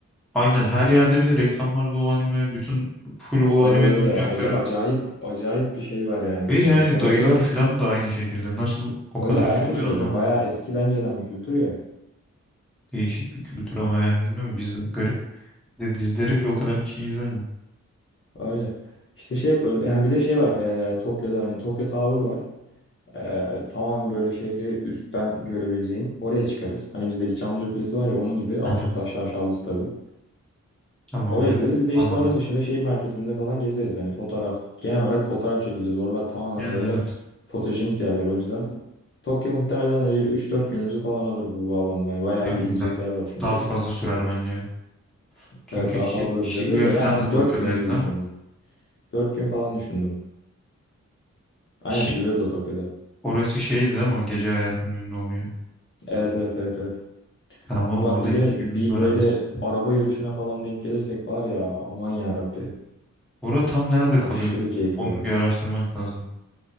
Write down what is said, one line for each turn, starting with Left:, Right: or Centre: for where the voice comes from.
Centre: aynen her yerde bir de reklamlarda o anime bütün full o
Left: Öyle
Centre: animenin
Left: öyle.
Centre: oyuncakları.
Left: Aca- acayip acayip bir şey var yani
Centre: Ve yani
Left: Japonya'da.
Centre: dayılar filan da aynı şekilde nasıl o
Left: Öyle
Centre: kadar
Left: herkes
Centre: şey oluyor
Left: öyle.
Centre: anlamadım.
Left: Bayağı eskiden gelen bir kültür ya.
Centre: Değişik bir kültür ama yani bilmiyorum bizde garip de dizileri bile o kadar kişi izlemiyor.
Left: Öyle. İşte şey yaparız. Yani bir de şey var. eee, Tokyo'da hani Tokyo Tower var. Ee, tamamen böyle şehri üstten görebileceğin oraya çıkarız. Hani bizdeki Çamlıca Kulesi var ya onun gibi ama
Centre: Aha,
Left: çok da aşağı aşağılısı tabii.
Centre: tamamdır.
Left: Oraya gideriz. Bir de
Centre: Aman.
Left: işte onun dışında şehir merkezinde falan gezeriz. Hani fotoğraf, genel olarak fotoğraf çekeceğiz. Oralar tamamen
Centre: Yani
Left: böyle
Centre: evet.
Left: fotojenik yerler. O yüzden Tokyo muhtemelen hani bir üç dört günümüzü falan alır bu bağlamda. Hani bayağı
Centre: Ya
Left: gezilecek
Centre: illa
Left: yer var çünkü.
Centre: daha fazla sürer bence. ya. Çünkü
Left: Evet daha
Centre: Shib-
Left: fazla da
Centre: Shibuya
Left: sürebilir de
Centre: filan
Left: ben hani
Centre: da Tokyo'daydı
Left: 4 gün gibi
Centre: değil
Left: düşündüm.
Centre: mi?
Left: 4 gün falan düşündüm. Aynen
Centre: Şip
Left: Shibuya da Tokyo'da.
Centre: orası şeydi değil mi? o Gece hayatının ünlü oluyor.
Left: Evet evet evet evet.
Centre: Tamam
Left: Bak
Centre: oğlum orada
Left: bir
Centre: iki
Left: de
Centre: günümüz
Left: bir
Centre: var
Left: böyle
Centre: en az.
Left: araba yarışına falan denk gelirsek var ya aman ya Rabbi
Centre: Orada tam nerede kalıyordu?
Left: aşırı keyifli
Centre: Onun
Left: olur.
Centre: bir araştırmak lazım.